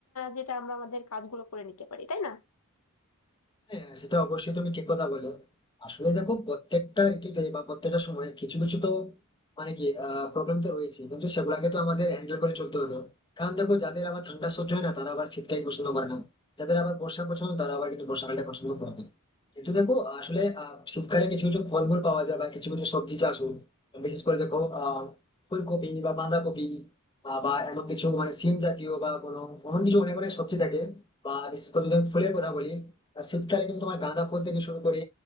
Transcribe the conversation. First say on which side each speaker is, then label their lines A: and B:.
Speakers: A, on the left; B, on the left.
A: যেটা আমরা আমাদের কাজগুলো করে নিতে পারি তাই না
B: হ্যাঁ সেটা অবশ্যই তুমি ঠিক কথা বলো আসলে দেখো প্রত্যেকটা ঋতুতে বা প্রত্যেকটা সময় কিছু কিছু তো মানে কি প্রবলেম তো রয়েছে কিন্তু সেগুলাকে তো আমাদের হ্যান্ডেল করে চলতে হলো কারণ দেখো যাদের আবার ঠান্ডা সহ্য হয় না তারা আবার শীতটাই পছন্দ করে না যাদের আবার বর্ষা পছন্দ তারা আবার কিন্তু বর্ষাকালটা পছন্দ করে না কিন্তু দেখো আসলে আহ, শীতকালে কিছু কিছু ফলমূল পাওয়া যায় বা কিছু কিছু সবজি চাষ হয় বিশেষ করে দেখো আহ ফুলকপি বা বাঁধাকপি আহ, বা এমন কিছু মানে সিম জাতীয় বা কোনো এমন কিছু অনেক অনেক সবজি থাকে বা বিশেষ করে যদি আমি ফুলের কথা বলি আর শীতকালে কিন্তু তোমার গাঁদা ফুল থেকে শুরু করে